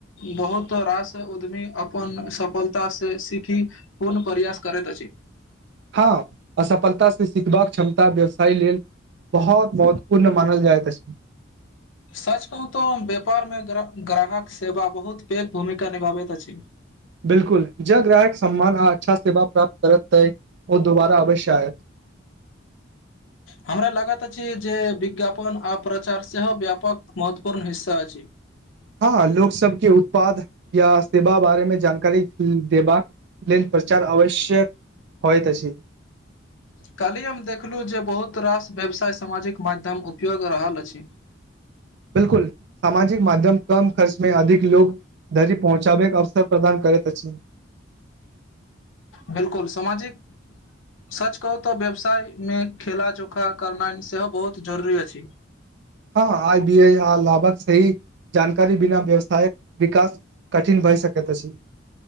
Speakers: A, on the left (about 85°); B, on the right (about 60°).
A: बहुत रास उद्यमी अपन सफलता से सीखी पूर्ण प्रयास करैत अछि
B: हँ असफलता से सिखबाक क्षमता व्यवसाय लेल बहुत महत्वपूर्ण मानल जायत अछि
A: सच कहू तऽ व्यापार में ग्राहक सेवा बहुत पैघ भूमिका निभाबैत अछि
B: बिल्कुल ज ग्राहक सम्मान आ अच्छा सेवा प्राप्त करत तै ओ दुोबारा अवश्य आयत
A: हमरा लागत अछि जे विज्ञापन आ प्रचार सेहो व्यापक महत्वपूर्ण हिस्सा अछि
B: हँ लोक सबके उत्पाद या सेवा बारेमें जानकारी देबाक ल प्रचार आवश्यक होइ तऽ छै
A: काल्हि हम देखलहुँ जे बहुत रास व्यवसाय सामाजिक माध्यम उपयोग रहल अछि
B: बिल्कुल सामाजिक माध्यम कम खर्च में अधिक लोक धरी पहुँचा बैके अवसर प्रदान करैत अछि
A: बिलकुल समाजिक सच कहू तऽ व्यवसाय मे खेला जोखा करनाइ सेहो बहुत जरुरी अछि
B: हँ आइ बी आ लाभक सही जानकारी बिना व्यवसायक विकास कठिन भए सकत छै